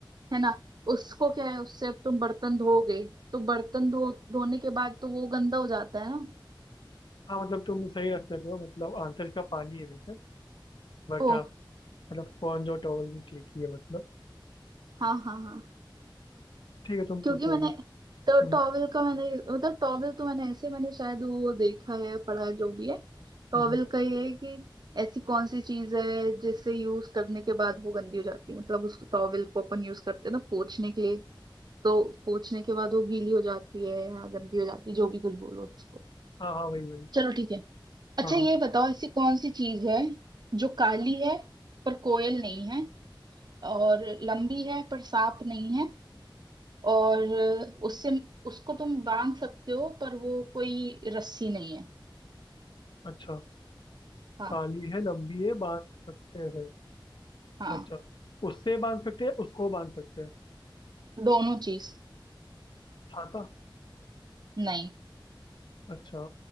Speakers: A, on the right (about 55°); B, on the left (about 65°).
A: है ना उसको क्या है उससे अब तुम बर्तन धोगे तो बर्तन धो धोने के बाद तो वो गंदा हो जाता है ना
B: हाँ मतलब तुम सही रास्ते पे हो मतलब आंसर इसका पानी है वैसे बट
A: ओ
B: हाँ मतलब स्पॉन्ज और टॉवल भी ठीक ही है मतलब
A: हाँ हाँ हाँ
B: ठीक है तुम
A: क्योंकि
B: पूछो
A: मैंने
B: अभी
A: तो
B: हम्म
A: टॉवेल का मैंने मतलब टॉवेल तो मैंने ऐसे मैंने शायद वो देखा है पढ़ा है जो भी है टॉवेल
B: हम्म
A: का ये है कि ऐसी कौन सी चीज है जिससे यूज करने के बाद वो गंदी हो जाती है मतलब उस टॉवेल को अपन यूज करते हैं ना पोंछने के लिए तो पोंछने के बाद वो गीली हो जाती है या गंदी हो जाती है जो भी कुछ बोलो उसको
B: हाँ हाँ वही वही
A: चलो ठीक है अच्छा
B: हाँ हाँ
A: ये बताओ ऐसी कौन सी चीज है जो काली है पर कोयल नहीं है और लंबी है पर सांप नहीं है और उससे उसको तुम बांध सकते हो पर वो कोई रस्सी नहीं है
B: अच्छा
A: हाँ
B: काली है लंबी है बांध सकते हैं
A: हाँ
B: अच्छा उससे बांध सकते हैं उसको बांध सकते हैं
A: दोनों चीज
B: छाता
A: नहीं
B: अच्छा